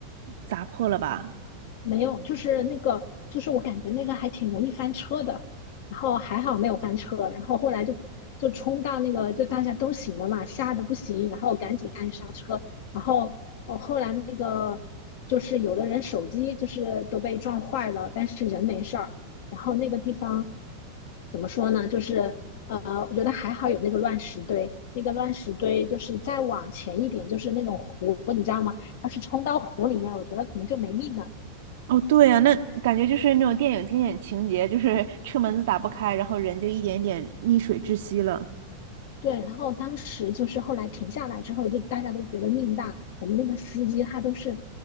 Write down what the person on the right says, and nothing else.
砸破了吧？
哦，对啊，那感觉就是那种电影经典情节，就是车门子打不开，然后人就一点点溺水窒息了。